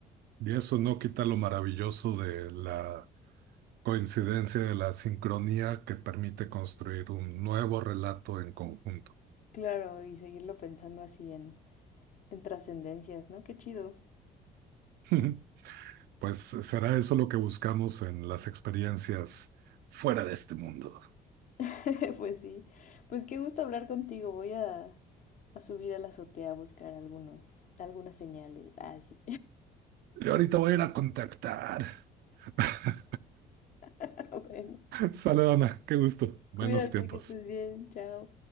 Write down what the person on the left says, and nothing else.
Claro, y seguirlo pensando así en, en trascendencias, ¿no? Qué chido.
<laughs> pues sí, pues qué gusto hablar contigo. Voy a, a subir a la azotea a buscar algunos, algunas señales. Ah, sí.
<laughs> bueno,
cuídate,
que estés bien. Chao.